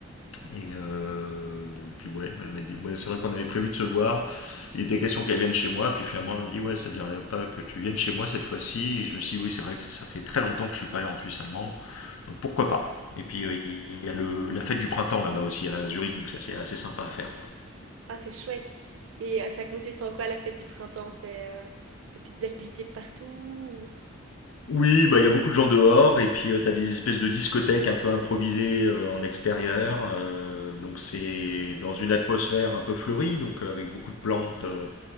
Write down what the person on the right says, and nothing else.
Ah, c'est chouette. Et euh, ça consiste en quoi la fête du printemps? C'est euh, des petites activités de partout?